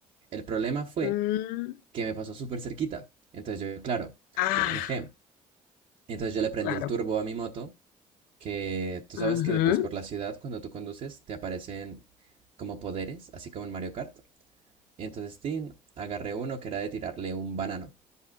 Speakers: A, on the right; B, on the left.
A: El problema fue
B: Mm,
A: que me pasó súper cerquita. Entonces yo, claro,
B: ah,
A: yo me enojé. Entonces yo le prendí
B: claro.
A: el turbo a mi moto, que tú sabes
B: Ujú.
A: que pues por la ciudad cuando tú conduces te aparecen como poderes, así como en Mario Kart. Y entonces, tin, agarré uno que era de tirarle un banano,